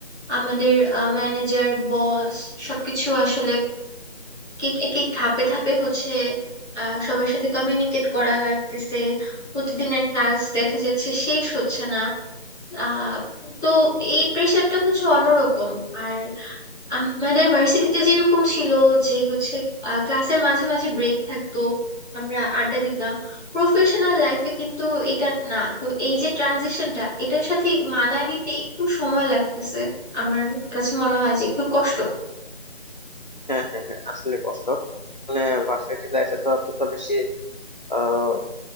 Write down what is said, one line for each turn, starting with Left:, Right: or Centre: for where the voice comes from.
Centre: আমাদের ম্যানেজার বস সবকিছু আসলে এক এক এক ধাপে ধাপে হচ্ছে আহ, সবার সাথে কমিউনিকেট করা লাগতেছে প্রতিদিনের টাস্ক দেখা যাচ্ছে শেষ হচ্ছে না আহ তো এই প্রেশারটা হচ্ছে অন্যরকম আর আমাদের ভার্সিটিতে যেরকম ছিল যে হচ্ছে আহ, ক্লাসের মাঝে মাঝে ব্রেক থাকতো আমরা আড্ডা দিতাম প্রফেশনাল লাইফে কিন্তু এটা না তো এই যে ট্রানজিশনটা এটার সাথে মানায় নিতে একটু সময় লাগতেছে আমার কাছে মনে হয় যে একটু কষ্ট
Left: হ্যাঁ হ্যাঁ হ্যাঁ আসলে কষ্ট মানে ভার্সিটি লাইফে তো অতটা বেশি আহ,